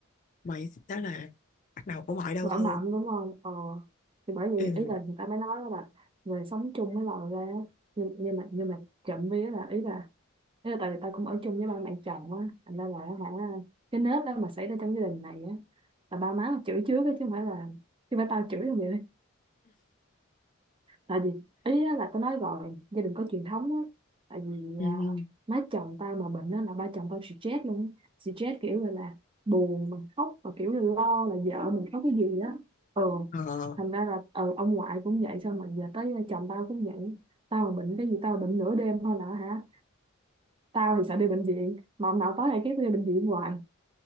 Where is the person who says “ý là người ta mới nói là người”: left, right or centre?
Right